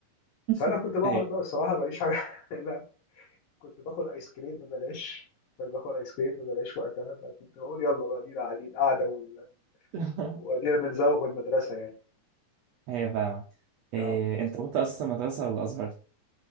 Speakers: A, on the left; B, on the right.
A: فانا
B: <laughs>
A: كنت بقعد
B: ايوه
A: بقى بصراحه ماليش حاجه <laughs> كنت باخد ايس كريم ببلاش كنت باخد ايس كريم ببلاش وقتها فكنت بقول يلا بقى ادينا قاعدين قاعده وال-
B: <laughs>
A: وادينا بنزوغ من المدرسه يعني
B: ايوه فاهمك إيه
A: اه
B: انت كنت اصلا مدرسه ولا ازهر؟